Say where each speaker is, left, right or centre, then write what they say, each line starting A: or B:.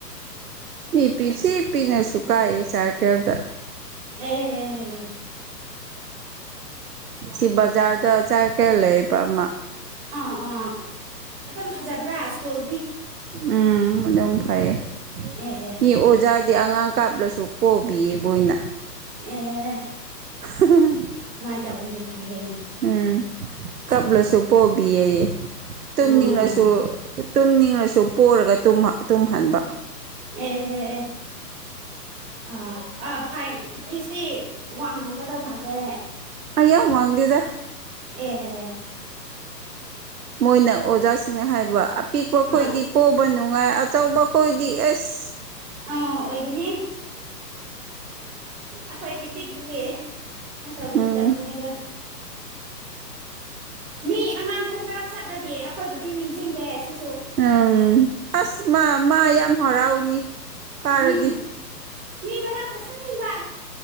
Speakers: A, on the right; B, on the right.
A: ꯃꯤ ꯄꯤꯁꯤ ꯄꯤꯅꯁꯨ ꯀꯥꯏꯑ ꯆꯔꯀꯔꯗ
B: ꯑꯦ
A: ꯁꯤ ꯕꯖꯥꯔꯗ ꯆꯥꯏ ꯀꯌꯥ ꯂꯩꯕ ꯑꯃ
B: ꯑ ꯑ ꯑꯗꯨꯝ ꯐꯖꯕ꯭ꯔꯥ ꯁ꯭ꯀꯨꯜ
A: ꯎꯝ ꯑꯗꯨꯝ ꯐꯩꯌꯦ
B: ꯑꯦ ꯑꯦ
A: ꯃꯤ ꯑꯣꯖꯥ ꯍꯥꯏꯗꯤ ꯑꯉꯥꯡ ꯀꯥꯞꯂꯁꯨ ꯄꯣꯕꯤꯌꯦ ꯃꯣꯏꯅ
B: ꯑꯦ
A: <unintelligible>
B: ꯇꯧꯔꯤꯁꯦ ꯐꯩꯌꯦ
A: ꯎꯝ ꯀꯄꯂꯁꯨꯨ
B: ꯑꯥ
A: ꯄꯣꯕꯤꯌꯦꯌꯦ ꯇꯨꯝꯅꯤꯡꯉꯁꯨ
B: ꯎꯝ
A: ꯇꯨꯝꯅꯤꯡꯉꯁꯨ ꯄꯨꯔꯒ ꯇꯨꯝꯃ ꯇꯨꯝꯍꯟꯕ
B: ꯑꯦ ꯑꯦ ꯑꯦ ꯑ ꯑ ꯐꯥꯏ ꯐꯤꯁꯇꯤ ꯋꯥꯡ ꯑꯃꯒꯗꯧ ꯃꯥꯜꯂꯦ
A: ꯌꯥꯝ ꯋꯥꯡꯗꯦꯗ
B: ꯑꯦ
A: ꯃꯣꯏꯅ ꯑꯣꯖꯥꯁꯤꯡꯅ ꯍꯥꯏꯕ ꯑꯄꯤꯛꯄ ꯈꯣꯏꯗꯤ
B: ꯑꯥ
A: ꯄꯣꯕ ꯅꯨꯡꯉꯥꯏ ꯑꯆꯧꯕ ꯈꯣꯏꯗꯤ ꯑꯦꯁ
B: ꯑ ꯑꯣꯏꯒꯅꯤ ꯑꯩꯈꯣꯏꯗꯤ ꯄꯤꯛꯄꯒꯤ ꯇꯧꯕꯅꯤ
A: ꯎꯝ
B: ꯇꯧꯕꯅꯤ ꯑꯗꯨ ꯃꯤ ꯑꯉꯥꯡꯈꯣꯏ ꯃꯔꯛ ꯆꯠꯂꯗꯤ ꯑꯩꯈꯣꯏꯕꯨꯗꯤ ꯅꯤꯡꯁꯤꯡꯗꯦ ꯁꯤ
A: ꯎꯝ ꯑꯁ ꯃꯥ ꯃꯥ ꯌꯥꯝ ꯍꯔꯥꯎꯅꯤ ꯀꯥꯔꯗꯤ
B: ꯎꯝ ꯃꯤ ꯃꯔꯛꯇ ꯆꯠꯅꯤꯡꯕ